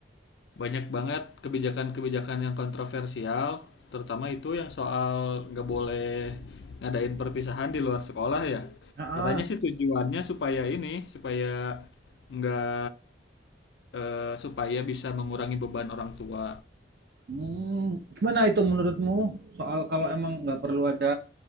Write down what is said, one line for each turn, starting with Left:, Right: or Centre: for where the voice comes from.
Left: banyak banget kebijakan-kebijakan yang kontroversial, terutama itu yang soal nggak boleh ngadain perpisahan di luar sekolah ya.
Right: Ah,
Left: Katanya
Right: ah.
Left: sih tujuannya supaya ini, supaya nggak eh, supaya bisa mengurangi beban orang tua.
Right: Hmm, gimana itu menurutmu soal kalau emang nggak perlu ada